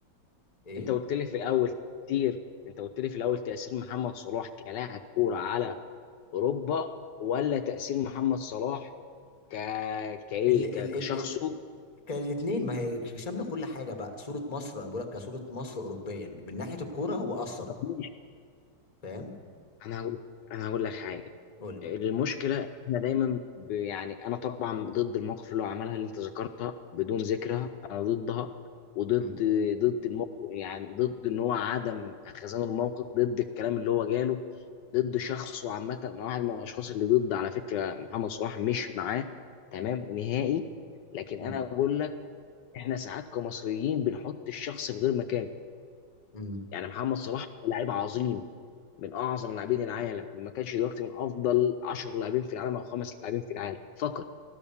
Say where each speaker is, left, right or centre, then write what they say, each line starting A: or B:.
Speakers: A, on the left; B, on the left.
A: إيه؟
B: انت قلت لي في الاول تأثير انت قلت لي في الاول تأثير محمد صلاح كلاعب كورة على اوروبا ولا تأثير محمد صلاح ك كايه
A: ال ال
B: ك... كشخصه
A: ال ال الاثنين ما هي شامله كل حاجه بقى صوره مصر انا بقول لك كصوره مصر اوروبيا من ناحيه الكوره هو اثر
B: ماشي.
A: فاهم
B: انا هقول انا هقول لك حاجة
A: قول لي
B: المشكله إن احنا دايما ب- يعني انا طبعا ضد المواقف اللي هو عملها اللي انت ذكرتها بدون ذكرها انا ضدها وضد
A: امم
B: ضد الموقف يعني ضد ان هو عدم خزان الموقف ضد الكلام اللي هو جاله ضد شخصه عامه انا واحد من الاشخاص اللي ضد على فكره محمد صلاح مش معاه تمام نهائي لكن
A: امم
B: انا بقول لك احنا ساعات كمصريين بنحط الشخص في غير مكانه
A: امم
B: يعني محمد صلاح لعيب عظيم من اعظم لاعبين العالم ما كانش دلوقتي من افضل 10 لاعبين في العالم او خمس لاعبين في العالم فقط